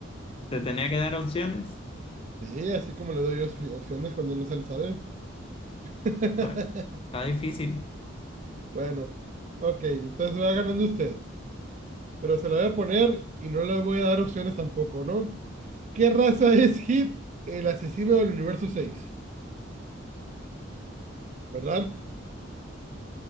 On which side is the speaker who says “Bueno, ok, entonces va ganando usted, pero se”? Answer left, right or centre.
Right